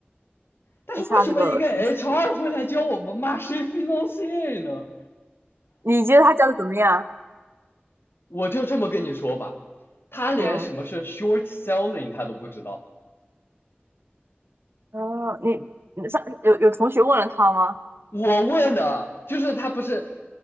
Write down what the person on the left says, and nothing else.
但是为什么一个
HR 会来教我们 m a s h i financier 呢？
我就这么跟你说吧，他连什么是
short selling 他都不知道。
我问的就是他不是，